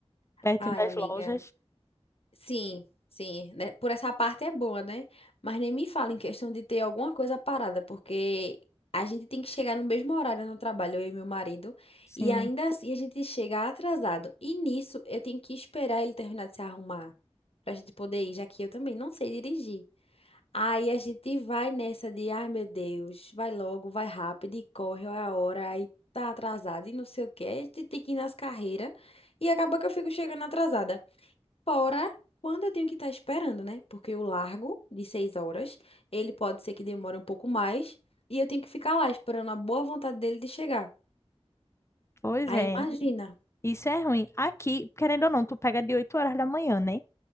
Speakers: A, on the left (about 25°); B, on the left (about 65°).
A: pertinho
B: Ai,
A: das
B: amiga.
A: lojas.
B: Sim, sim, né? Por essa parte é boa, né? Mas nem me fala em questão de ter alguma coisa parada, porque a gente tem que chegar no mesmo horário no trabalho, eu e meu marido,
A: Sim.
B: e ainda assim a gente chega atrasado. E nisso eu tenho que esperar ele terminar de se arrumar pra gente poder ir, já que eu também não sei dirigir. Aí a gente vai nessa de, ai meu Deus, vai logo, vai rápido e corre, olha a hora, aí tá atrasado e não sei o quê. Aí a gente tem que ir nas carreiras e acaba que eu fico chegando atrasada. Fora quando eu tenho que estar esperando, né? Porque o largo de seis horas, ele pode ser que demore um pouco mais e eu tenho que ficar lá esperando a boa vontade dele de chegar.
A: Pois
B: Aí
A: é.
B: imagina.
A: Isso é ruim. Aqui, querendo ou não, tu pega de 8 horas da manhã, né?